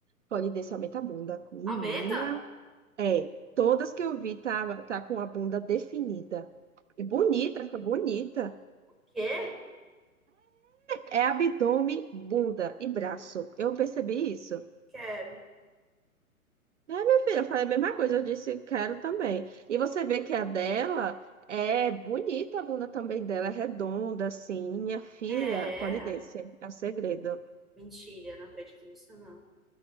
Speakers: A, on the right; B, in the centre.
A: polidência aumenta a bunda. Menina,
B: Aumenta?
A: é. Todas que eu vi tá, tá com a bunda definida. E bonita, fica bonita.
B: O quê?
A: É abdômen, bunda e braço. Eu percebi isso.
B: Quero.
A: É, minha filha, eu falei a mesma coisa, eu disse quero também. E você vê que a dela é bonita, a bunda também dela é redonda, assim. Minha filha,
B: É.
A: polidência, é o segredo.
B: Mentira, não acredito nisso, não.